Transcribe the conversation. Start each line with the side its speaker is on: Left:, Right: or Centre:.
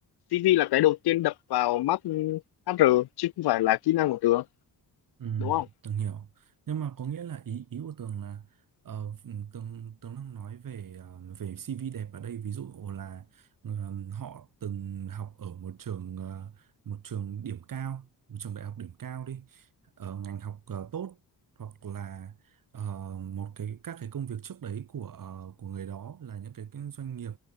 Left: CV là cái đầu tiên đập vào mắt HR chứ không phải là kỹ năng của Tường
Right: Ừ,
Left: đúng không
Right: Tường hiểu. Nhưng mà có nghĩa là ý ý của Tường là ờ, ừ, Tường Tường đang nói về ờ, về CV đẹp ở đây ví dụ là ờ, họ từng học ở một trường ờ, một trường điểm cao, một trường đại học điểm cao đi, ở ngành học ờ, tốt hoặc là ờ, một cái các cái công việc trước đấy của ờ, của người đó là những cái, cái doanh nghiệp